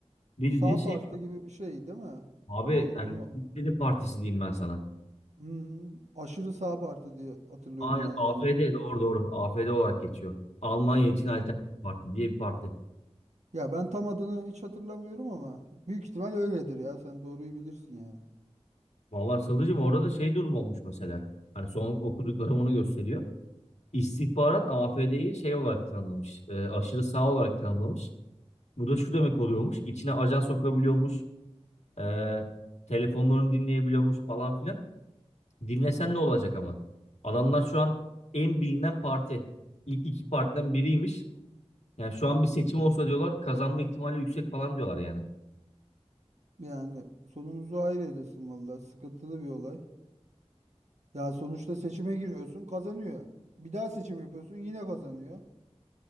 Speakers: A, on the left; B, on the right.
A: Bildiğin
B: sağ
A: şey
B: parti gibi bir şey değil mi?
A: abi
B: Doğru
A: yani
B: onu
A: Hitler'in partisi diyeyim ben sana.
B: Hmm, aşırı sağ parti diye hatırlıyorum
A: Aynen
B: ben
A: AfD
B: de onları.
A: doğru doğru. AfD olarak geçiyor. Almanya için alternatif parti diye bir parti.
B: Ya ben tam adını hiç hatırlamıyorum ama büyük ihtimal öyledir ya. Sen doğruyu bilirsin yani.
A: Vallahi Sadıcığım orada da şey durum olmuş mesela. Hani son okuduklarım onu gösteriyor. İstihbarat AfD'yi şey olarak tanımlamış. e, aşırı sağ olarak tanımlamış. Bu da şu demek oluyormuş. İçine ajan sokabiliyormuş. E, telefonlarını dinleyebiliyormuş falan filan. Dinlesen ne olacak ama? Adamlar şu an en bilinen parti. İlk iki partiden biriymiş. Yani şu an bir seçim olsa diyorlar kazanma ihtimali yüksek falan diyorlar yani.
B: Yani sonumuzu hayır eylesin vallahi. Sıkıntılı bir olay. Ya sonuçta seçime giriyorsun, kazanıyor. Bir daha seçim yapıyorsun, yine kazanıyor.